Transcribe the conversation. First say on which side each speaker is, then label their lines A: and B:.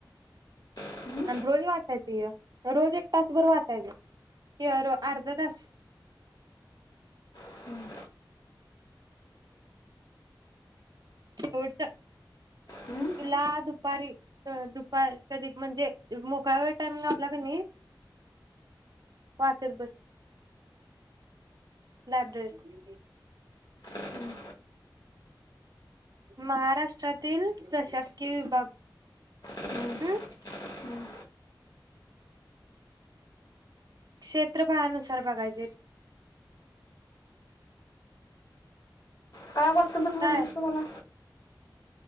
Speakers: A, on the left (about 55°); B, on the right (about 60°).
A: हम्म,
B: आणि रोज वाचायचय रोज एक तासभर वाचायचं य <unintelligible> अर्धा तास
A: हम्म,
B: शेवटच तुला
A: हम्म,
B: दुपारी अ दुपा कधी म्हणजे मोकळा वेळ टाईम लावला क नई वाचत बस लायब्ररी.
A: हम्म,
B: महाराष्ट्रातील प्रशासकीय विभाग
A: हम्म,
B: हम्.
A: हम्म.
B: क्षेत्रफळानुसार बघायचे.
A: काय वाटतं मच म्हणजस
B: काय
A: तु मला?